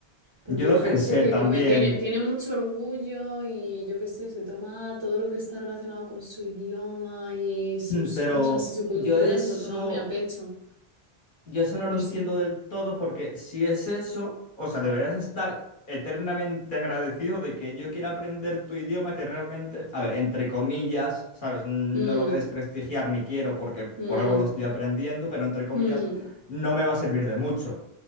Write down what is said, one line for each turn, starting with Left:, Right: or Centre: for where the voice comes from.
Right: Porque
Left: Yo lo
Right: hay gente
Left: pensé
Right: que
Left: también,
Right: como que tiene, tiene mucho orgullo y yo qué sé, se toma todo lo que está relacionado con su idioma y
Left: <clears throat>
Right: sus
Left: pero
Right: cosas y su cultura,
Left: yo eso,
Right: se lo toma muy a pecho.
Left: yo eso no lo
Right: No
Left: entiendo
Right: sé.
Left: del todo porque si es eso, o sea, deberías estar eternamente agradecido de que yo quiera aprender tu idioma que realmente, a ver, entre comillas, ¿sabes? No
Right: Mm,
Left: lo voy a desprestigiar ni quiero porque por
Right: mm,
Left: algo lo estoy aprendiendo, pero entre comillas
Right: mm,
Left: no me va a servir de mucho,